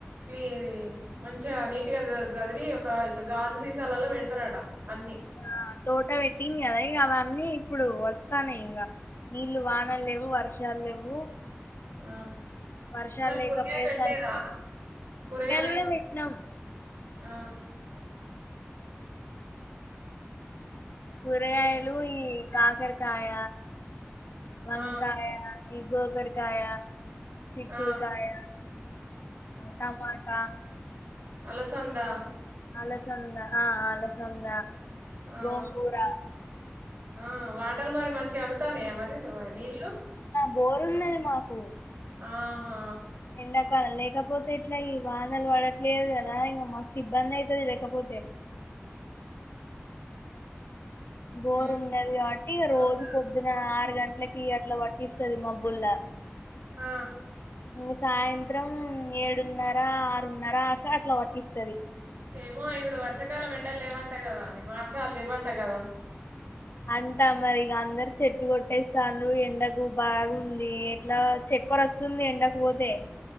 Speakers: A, on the right (about 60°); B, on the left (about 60°).
A: క్లీ ఆది మంచిగా నీటుగా జ జదిరి ఒక ఇట్లా గాజు సీసాలలో పెడతారట అన్ని
B: ఆ తోట పెట్టింగ్ కదా ఇగా అవన్నీ ఇప్పుడు వస్తానే ఇంగ నీళ్లు వానలు లేవు వర్షాలు లేవు
A: ఉ
B: వర్షాలు
A: మరి
B: లేకపోయేసరికి
A: కూరగయలు పెట్లేదా కూరగాయలు ఏ
B: కూడా పెట్టినాం
A: ఆ
B: కూరగాయలు ఈ కాకరకాయ వంకాయ
A: ఆ
B: ఈ గోకరకాయ చిక్కుడుకాయ
A: ఆ
B: టమాటా
A: అలసందా
B: అలసంద ఆ అలసంద
A: ఆ
B: గోంగూర
A: ఆ వాటర్ మరి మంచిగా అందుతానాయ మరి నీళ్లు
B: బోరుంనది మాకు
A: ఆ హా
B: ఎండాకాలం లేకపోతే ఇట్ల ఈ వానలు పడట్లేదు కదా ఇగా మస్తు ఇబ్బంది అయితది లేకపోతే బోరు
A: హ్మ్
B: ఉన్నది గాబట్టి రోజు
A: అవునా
B: పొద్దున ఆరు గంటలకి అట్లా పట్టిస్తది మబ్బుల్లా
A: ఆ
B: ఇంగా సాయంత్రం ఏడున్నర ఆరున్నర అట్లా అట్లా వర్తిస్తాది.
A: ఏమో ఇప్పుడు వర్షకాలం ఎండలు లేవంట కదా అది వర్షలు లేవంట కదా.
B: అంటా మరి ఇగా అందరు చెట్టు కొట్టేస్తాండ్రు ఎండకు బాగుంది ఎట్లా చె కొరస్తుంది ఎండకు పోతే